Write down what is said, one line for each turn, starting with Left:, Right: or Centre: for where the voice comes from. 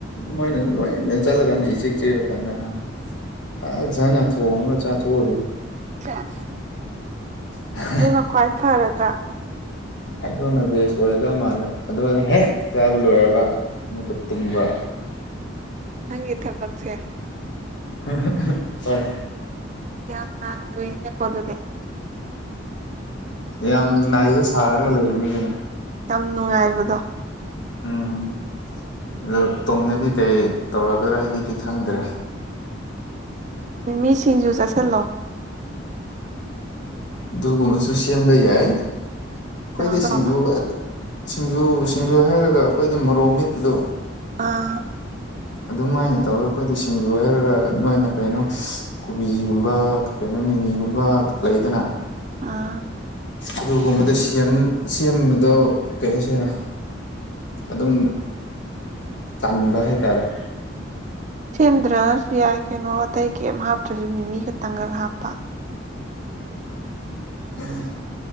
Left: ꯃꯣꯏꯅ ꯂꯣꯏ ꯆꯠꯂꯀꯥꯟꯗ ꯏꯆꯤꯛ ꯆꯤꯛꯔꯥ ꯀꯥꯟꯗꯥ ꯍꯥ ꯐꯖꯅ ꯊꯣꯡꯉꯥꯒ ꯆꯥꯊꯣꯛꯑꯒꯦ
Right: ꯁꯦꯁ
Left: <unintelligible>
Right: ꯑꯗꯨꯅ ꯈ꯭ꯋꯥꯏ ꯐꯔꯗ꯭ꯔꯥ
Left: ꯑꯗꯨꯅ ꯕꯦꯁ ꯑꯣꯏꯔꯗ ꯃꯥꯜꯂꯦ ꯑꯗꯨꯅꯥ ꯍꯦꯛ ꯆꯥꯕ ꯂꯣꯏꯔꯕ ꯑꯃꯨꯛꯀꯥ ꯇꯨꯝꯕ
Right: ꯅꯪꯒꯤ ꯊꯥꯕꯛꯁꯦ
Left: ꯍꯣꯏ
Right: ꯌꯥꯝꯅ ꯂꯨꯏꯅ‌ꯦꯀ‌ꯣ ꯑꯗꯨꯗꯤ
Left: ꯌꯥꯝ ꯅꯩꯕꯥ ꯁꯥꯔꯒ ꯂꯩꯕꯅꯤ ꯀꯩꯅꯣ
Right: ꯌꯥꯝ ꯅꯨꯡꯉꯥꯏꯕꯗꯣ
Left: ꯎꯝ ꯑꯗꯨ ꯇꯨꯝꯃꯥꯗꯤ ꯀꯩ ꯇꯧꯔꯛꯀ꯭ꯗꯔꯥ ꯍꯥꯏꯗꯨꯗꯤ ꯈꯪꯗ꯭ꯔꯦ
Right: ꯃꯤꯃꯤ ꯁꯤꯡꯖꯨ ꯆꯥꯁꯜꯂꯣ
Left: ꯑꯗꯨꯒꯨꯝꯕꯥꯁꯨ ꯁꯦꯝꯕꯥ ꯌꯥꯏ ꯑꯩꯈꯣꯏꯗꯤ
Right: ꯀꯩꯅꯣ ꯇꯧꯅꯣ
Left: ꯁꯤꯡꯖꯨ ꯁꯤꯡꯖꯨ ꯁꯤꯡꯖꯨ ꯍꯥꯏꯔꯒ ꯑꯩꯈꯣꯏꯗꯤ ꯃꯣꯔꯣꯛ ꯃꯦꯠꯄꯗꯣ
Right: ꯑꯥ
Left: ꯑꯗꯨꯃꯥꯏꯅ ꯇꯧꯔꯒ ꯑꯩꯈꯣꯏꯗꯤ ꯁꯤꯡꯖꯨ ꯍꯥꯏꯔꯒ ꯅꯣꯏꯅ ꯀꯩꯅꯣ ꯀꯣꯕꯤꯒꯨꯝꯕ ꯀꯩꯅꯣ ꯃꯤꯃꯤꯒꯨꯝꯕ ꯂꯩꯗꯅ
Right: ꯑꯥ
Left: ꯑꯗꯨꯒꯨꯝꯕꯗꯥ ꯁꯦꯝ ꯁꯦꯝꯕꯗꯣ ꯀꯩ ꯍꯥꯏꯁꯤꯔꯥ ꯑꯗꯨꯝ ꯇꯥꯟꯕ ꯍꯥꯏꯇꯥꯔꯦ
Right: ꯁꯦꯝꯗ꯭ꯔꯁꯨ ꯌꯥꯏ ꯀꯩꯅꯣ ꯑꯇꯩ ꯀꯩꯝ ꯍꯥꯞꯇ꯭ꯔꯁꯨ ꯃꯤ ꯃꯤ ꯈꯇꯪꯈꯛ ꯍꯥꯞꯄ
Left: ꯎꯝ